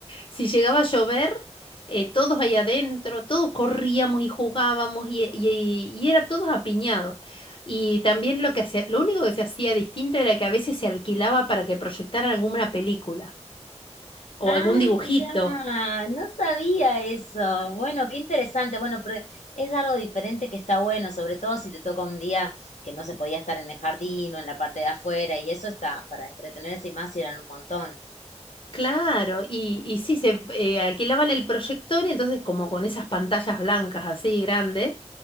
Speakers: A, on the left; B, on the left.
A: si llegaba a llover, eh, todos ahí adentro, todos corríamos y jugábamos y, y- y era todos apiñados. Y también lo que hacía, lo único que se hacía distinto era que a veces se alquilaba para que proyectaran alguna película o
B: Ay,
A: algún dibujito.
B: mira, no sabía eso. Bueno, qué interesante. Bueno, pero es algo diferente que está bueno, sobre todo si te toca un día que no se podía estar en el jardín o en la parte de afuera, y eso está para entretenerse y más si eran un montón.
A: Claro, y, y sí, se eh, alquilaban el proyector y entonces como con esas pantallas blancas así grandes